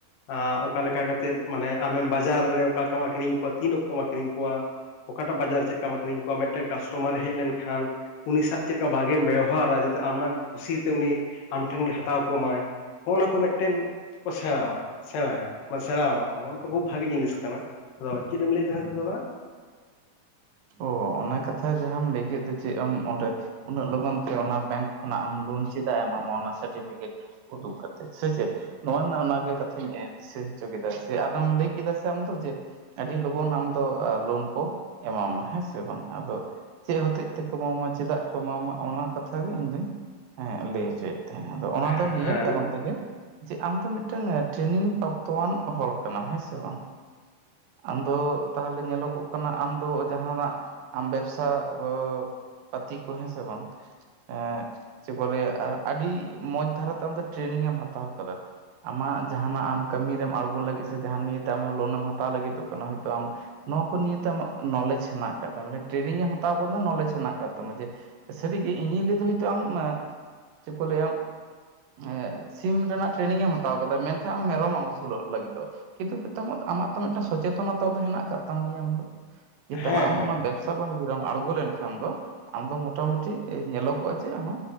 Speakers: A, on the left; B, on the right.
A: ᱟᱼ ᱚᱠᱟ ᱞᱮᱠᱟ ᱠᱟᱛᱮᱫ, ᱢᱟᱱᱮ, ᱟᱢᱮᱢ ᱵᱟᱡᱟᱨ ᱨᱮ, ᱚᱠᱟ ᱞᱮᱠᱟᱢ ᱟᱹᱠᱷᱨᱤᱧ ᱠᱚᱣᱟ, ᱛᱤᱱ ᱚᱠᱛᱚᱢ, ᱟᱹᱠᱷᱨᱤᱧ ᱠᱚᱣᱟ ᱾ ᱚᱠᱟᱴᱟᱜ ᱵᱟᱡᱟᱨ, ᱪᱮᱫ ᱞᱮᱠᱟᱢ ᱟᱹᱠᱷᱨᱤᱧ ᱠᱚᱣᱟ ᱾ ᱢᱤᱫᱴᱮᱱ ᱠᱟᱥᱴᱚᱢᱟᱨᱮ ᱦᱮᱡ, ᱞᱮᱱᱠᱷᱟᱱ ᱩᱱᱤ ᱥᱟᱶ ᱪᱮᱫ ᱞᱮᱠᱟ? ᱵᱷᱟᱜᱮᱢ ᱵᱮᱣᱦᱟᱨᱟ ᱾ ᱡᱟᱛᱮ ᱟᱢᱟᱜ ᱠᱩᱥᱤ ᱠᱟᱛᱮ, ᱩᱱᱤ, ᱟᱢ ᱴᱷᱮᱱ ᱜᱮ, ᱦᱟᱛᱟᱣ ᱠᱚᱢᱟᱭ ᱾ ᱦᱚᱜᱼ ᱱᱟ ᱠᱚ, ᱢᱤᱫᱴᱮᱱ ᱠᱚ, ᱥᱮᱬᱟᱣᱟ, ᱥᱮᱬᱟᱭᱟ, ᱥᱮᱬᱟᱣᱟᱢᱟᱠᱚ, ᱠᱷᱩᱵ ᱵᱷᱟᱜᱤ, ᱡᱤᱱᱤᱥ ᱠᱟᱱᱟ ᱾ ᱟᱫᱚ, ᱪᱮᱫ? ᱮᱢ ᱞᱟᱹᱭ ᱮᱫ ᱛᱟᱦᱮᱸ ᱛᱚ, ᱫᱟᱫᱟ?
B: ᱚᱼ ᱚᱱᱟ, ᱠᱟᱛᱷᱟ, ᱡᱟᱦᱟᱸᱟᱢ ᱞᱟᱹᱭ ᱠᱮᱫ ᱫᱚ, ᱪᱮᱫ ᱮᱢ, ᱚᱸᱰᱮ ᱩᱱᱟᱹᱜ ᱞᱚᱜᱚᱱ ᱛᱮ, ᱚᱱᱟ ᱵᱮᱝᱠ ᱠᱷᱚᱱᱟᱜ, ᱟᱢ ᱞᱳᱱ ᱪᱮᱫᱟᱜ? ᱮ ᱮᱢᱟᱢᱟ ᱾ ᱚᱱᱟ ᱥᱟᱨᱴᱤᱚᱯᱷᱤᱠᱮᱴ ᱩᱫᱩᱜ ᱠᱟᱛᱮ, ᱥᱮ ᱪᱮᱫ? ᱱᱚᱣᱟ ᱨᱮᱱᱟᱜ, ᱚᱱᱟᱜᱮ ᱠᱟᱛᱷᱟᱧ ᱫᱤᱥᱟᱹ ᱦᱚᱪᱚ ᱠᱮᱫᱟ, ᱥᱮ ᱟᱫᱚᱢ ᱞᱟᱹᱭ ᱠᱮᱫᱟ, ᱥᱮ ᱟᱢ ᱫᱚ, ᱡᱮ ᱟᱹᱰᱤ, ᱞᱚᱜᱚᱱ ᱟᱢ ᱫᱚ, ᱞᱳᱱ ᱠᱚ ᱮᱢᱟᱢᱟ, ᱦᱮᱸ ᱥᱮ ᱵᱟᱝ? ᱟᱫᱚ, ᱪᱮᱫ ᱦᱚᱛᱮᱡ ᱛᱮᱠᱚ, ᱮᱢᱟᱢᱟ ᱾ ᱪᱮᱫᱟᱜ ᱠᱚ, ᱮᱢᱟᱢᱟ ᱾ ᱚᱱᱟ ᱠᱟᱛᱷᱟ ᱜᱮ, ᱤᱧ ᱫᱩᱧ ᱞᱟᱹᱭ ᱦᱚᱪᱚᱭᱮᱫ ᱟᱫᱚ, ᱚᱱᱟ
A: ᱦᱮᱸ
B: ᱫᱚ, ᱱᱤᱭᱟᱹ ᱠᱟᱨᱚᱱ ᱛᱮᱜᱮ ᱪᱮ, ᱟᱢ ᱫᱚ, ᱢᱤᱫᱴᱟᱝ ᱴᱨᱮᱱᱤᱝ ᱯᱨᱟᱯᱛᱚᱣᱟᱱ ᱦᱚᱲ ᱠᱟᱱᱟᱢ, ᱦᱮᱸ ᱥᱮ ᱵᱟᱝ? ᱟᱢᱫᱚ, ᱛᱟᱦᱚᱞᱮ ᱧᱮᱞᱚᱜᱚᱜ ᱠᱟᱱᱟ, ᱟᱢ ᱛᱚ, ᱡᱟᱦᱟᱸᱱᱟᱜ, ᱟᱢ ᱵᱮᱵᱥᱟ ᱚᱻ ᱯᱟᱹᱛᱤ ᱠᱚ, ᱦᱮᱸ ᱥᱮ ᱵᱟᱝ? ᱮᱸᱻ ᱪᱮᱫ ᱠᱚ, ᱞᱟᱹᱭᱟ ᱾ ᱟᱹᱰᱤ ᱢᱚᱸᱡᱽ ᱫᱷᱟᱨᱟᱛᱮ, ᱟᱢᱫᱚ ᱴᱨᱮᱱᱤᱝ ᱮᱢ, ᱦᱟᱛᱟᱣ ᱟᱠᱟᱫᱟ ᱾ ᱟᱢᱟᱜ ᱡᱟᱦᱸᱟᱱᱟᱜ, ᱟᱢ ᱠᱟᱹᱢᱤᱨᱮᱢ ᱟᱬᱜᱳ ᱞᱟᱹᱜᱤᱫ ᱥᱮ, ᱡᱟᱦᱟᱸ ᱱᱤᱭᱮᱛᱮ, ᱟᱢᱟᱜ, ᱞᱳᱱᱮᱢ ᱦᱟᱛᱟᱣ ᱞᱟᱹᱜᱤᱫᱚᱜ ᱠᱟᱱᱟ, ᱦᱳᱭ ᱛᱳ, ᱟᱢ ᱱᱚᱣᱟ ᱠᱚ ᱱᱤᱭᱮ ᱛᱮ ᱟᱢᱟᱜ, ᱱᱚᱞᱮᱡᱽ ᱦᱮᱱᱟᱜ ᱟᱠᱟᱫ ᱛᱟᱢᱟ, ᱴᱨᱮᱱᱤᱝ ᱮᱢ ᱦᱟᱛᱟᱣ ᱟᱠᱟᱫᱟ, ᱱᱚᱞᱮᱡᱽ ᱦᱮᱱᱟᱜ ᱟᱠᱟᱫ ᱛᱟᱢᱟ, ᱡᱮ, ᱥᱟᱹᱨᱤ ᱜᱮ, ᱤᱧᱤᱧ ᱞᱟᱹᱭ ᱫᱷᱟᱵᱤᱡ ᱫᱚ, ᱟᱢ ᱪᱮᱫ ᱠᱚ ᱞᱟᱹᱭᱟ? ᱮᱸᱼᱟ, ᱥᱤᱢ ᱨᱮᱱᱟᱜ, ᱴᱨᱮᱱᱤᱝ ᱮᱢ ᱦᱟᱛᱟᱣ ᱟᱠᱟᱫᱟ ᱾ ᱢᱮᱱᱠᱷᱟᱱ, ᱟᱢ ᱢᱮᱨᱚᱢ ᱮᱢ, ᱟᱹᱥᱩᱞᱚᱜ ᱞᱟᱹᱜᱤᱫᱚᱜᱼᱟ ᱾ ᱠᱤᱱᱛᱩ, ᱯᱤ <unintelligible> ᱟᱢᱟ ᱟᱢᱟᱜ ᱛᱚ, ᱢᱤᱫᱴᱟᱝ ᱥᱚᱪᱮᱛᱚᱱᱚᱛᱟ ᱫᱚ, ᱦᱮᱱᱟᱜ ᱟᱠᱟᱫ, ᱛᱟᱢ ᱜᱮᱭᱟ, ᱟᱢ ᱫᱚ,
A: ᱦᱮᱸ
B: ᱫᱮᱞᱟ ᱟᱢ
A: ᱦᱮᱸ
B: ᱚᱱᱟ
A: ᱦᱮᱸ
B: ᱵᱮᱵ ᱥᱟᱵᱟᱱᱩ ᱜᱨᱟᱢ ᱟᱬᱜᱚ ᱞᱮᱱᱠᱷᱟᱱ ᱫᱚ, ᱟᱢ ᱫᱚ ᱢᱚᱴᱟ ᱢᱩᱴᱤ ᱮᱡᱽ ᱧᱮᱞᱚᱜᱚᱜᱼᱟ ᱾ ᱡᱮ, ᱟᱢ ᱦᱚ